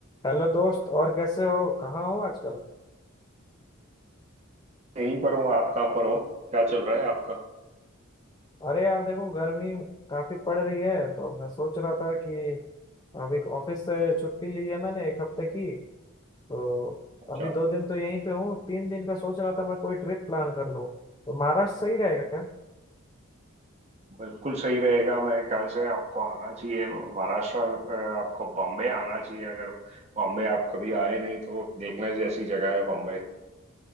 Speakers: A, on the left; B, on the right.
A: Hello दोस्त और कैसे हो कहाँ हो आजकल
B: यहीं पर हूँ आप कहाँ पर हो क्या चल रहा है आपका
A: अरे यार देखो गर्मी काफी पड़ रही है तो मैं सोच रहा था कि अभी ऑफिस से छुट्टी ली है मैंने एक हफ्ते की तो
B: अच्छा
A: अभी दो दिन तो यहीं पे हूँ तीन दिन का सोच रहा था मैं कोई ट्रिप प्लान कर लूँ तो महाराष्ट्र सही रहेगा क्या
B: बिल्कुल सही रहेगा मेरे ख्याल से आपको आना चाहिए महाराष्ट्र अ, आपको बॉम्बे आना चाहिए अगर बॉम्बे आप कभी आए नहीं तो देखने जैसी जगह है बॉम्बे